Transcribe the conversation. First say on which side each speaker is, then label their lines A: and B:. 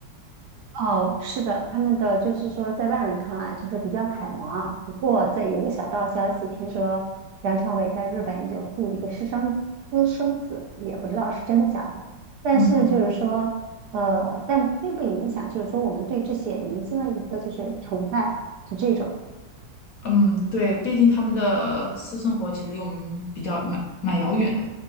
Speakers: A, on the right; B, on the left.
A: 哦，是的，他们的就是说，在外人看来就是比较楷模啊。不过，在有个小道消息，听说梁朝伟在日本有自己一个私生私生子，也不知道是真的假的。但是就是说，
B: 嗯，
A: 呃，但并不影响，就是说我们对这些明星的一个就是崇拜，就这种。
B: 嗯，对，毕竟他们的私生活其实离我们比较蛮蛮遥远的。